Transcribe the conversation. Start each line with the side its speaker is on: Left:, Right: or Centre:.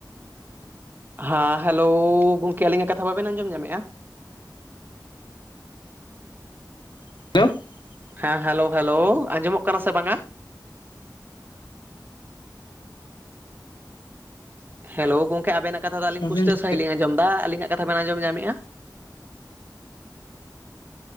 Right: ᱦᱟᱸ ᱦᱮᱞᱳ ᱜᱚᱝᱠᱮ ᱟᱹᱞᱤᱧ ᱟᱜ ᱠᱟᱛᱷᱟ ᱵᱟᱵᱤᱱ ᱟᱸᱡᱚᱢ ᱧᱟᱢᱮᱫᱼᱟ
Left: <unintelligible>
Right: ᱦᱮᱸ ᱦᱮᱞᱳ ᱦᱮᱞᱳ ᱟᱸᱡᱚᱢᱚᱜ ᱠᱟᱱᱟ ᱥᱮ ᱵᱟᱝᱟ ᱦᱮᱞᱳ ᱜᱚᱢᱠᱮ᱾ ᱟᱵᱮᱱᱟᱜ ᱠᱟᱛᱷᱟ ᱫᱚ ᱟᱹᱞᱤᱧ
Left: ᱦᱮᱸ
Right: ᱯᱩᱴᱟᱹᱣ
Left: ᱤᱧ
Right: ᱥᱟᱦᱤᱸᱡ ᱞᱤᱧ ᱟᱸᱡᱚᱢ ᱫᱟ᱾ ᱟᱹᱞᱤᱧᱟᱜ ᱠᱟᱛᱷᱟ ᱵᱮᱱ ᱟᱸᱡᱚᱢ ᱧᱟᱢᱮᱫᱼᱟ?